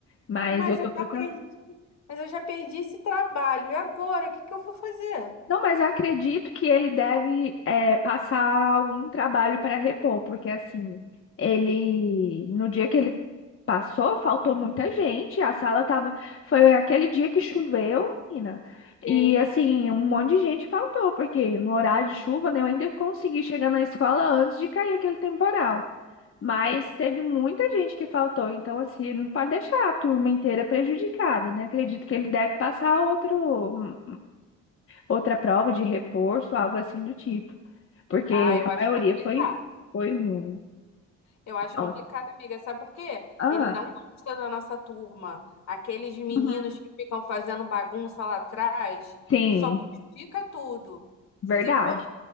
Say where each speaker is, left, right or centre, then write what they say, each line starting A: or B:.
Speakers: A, on the left (about 45°); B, on the left (about 60°).
A: Mas
B: mas
A: eu tô
B: eu
A: procurando.
B: já perdi, mas eu já perdi esse trabalho. E agora, o que que eu vou fazer?
A: Não, mas acredito que ele deve é, passar algum trabalho para repor, porque assim, ele no dia que ele passou, faltou muita gente, a sala tava, foi aquele dia que choveu, menina.
B: Sei.
A: E assim, um monte de gente faltou, porque no horário de chuva, né, eu ainda consegui chegar na escola antes de cair aquele temporal. Mas teve muita gente que faltou, então assim, ele não pode deixar a turma inteira prejudicada, né? Acredito que ele deve passar outro, hum, outra prova de reforço, algo assim do tipo, porque
B: Ah, eu
A: a
B: acho
A: maioria
B: complicado.
A: foi, foi ruim.
B: Eu acho
A: Então,
B: complicado, amiga. Sabe por quê?
A: ah,
B: Ele não gosta da nossa turma. Aqueles meninos
A: uhum,
B: que ficam fazendo bagunça lá atrás,
A: sim,
B: só porque fica tudo.
A: verdade.
B: Se for